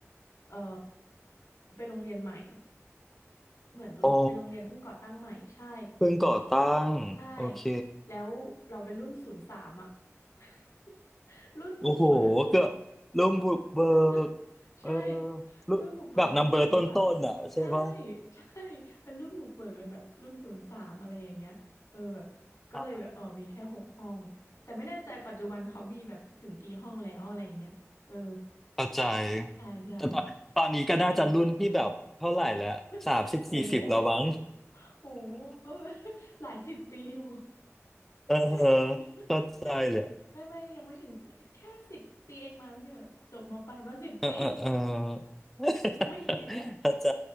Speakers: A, on the left; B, in the centre.
A: เออเป็นโรงเรียนใหม่ เหมือนเป็นโรงเรียนเพิ่งก่อตั้งใหม่ใช่
B: อ๋อเพิ่งก่อตั้งโอเค
A: ใช่แล้วเราเป็นรุ่นศูนย์สามอ่ะ <laughs> รุ่นบุกเบิก
B: โอ้โหเกือบลุงบุกเบิก
A: <laughs>
B: เออ
A: ใช่
B: ลุแบบนัมเบอร์ต้นๆอ่ะใช่ปะ
A: รุ่นบุกเบิกรุ่นศูนย์สามใช่ใช่เป็นรุ่นบุกเบิกเลยแบบรุ่นศูนย์สามอะไรอย่างเงี้ยเออแบบก็เลยแบบเออมีแค่หกห้องแต่ไม่แน่ใจปัจจุบันเขามีแบบถึงกี่ห้องแล้วอะไรอย่างเงี้ยเออ
B: อ่าเข้าใจ
A: ใช่ใช่
B: แต่ตอนตอนนี้ก็น่าจะรุ่นที่แบบเท่าไหร่แล้วสามสิบสี่สิบแล้วมั้ง
A: อืม <laughs> โหโหก็ <laughs> หลายสิบปีอยู่
B: เออเออ
A: ไม่
B: เข้าใจเลยอะ
A: ไม่ไม่ไม่ยังไม่ถึงแค่สิบปีเองมั้งเนี่ยจบมปลายมาสิบปี
B: เออเออเออ <laughs>
A: <laughs> ยังไม่แก่
B: เข้าใจ